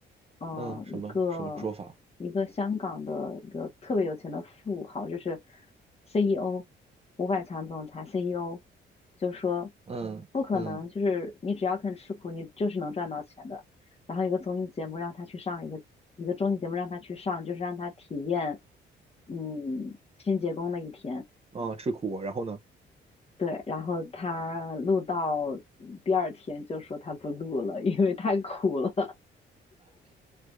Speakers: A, on the left; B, on the right.
A: 嗯，
B: 嗯，什么什么说法？
A: 一个一个香港的一个特别有钱的富豪，就是 CEO，五百强总裁 CEO，就说
B: 嗯嗯，
A: 不可能，就是你只要肯吃苦，你就是能赚到钱的。然后一个综艺节目让他去上，一个一个综艺节目让他去上，就是让他体验，嗯，清洁工的一天。
B: 哦，吃苦，然后呢？
A: 对，然后他录到第二天就说他不录了，因为太苦了。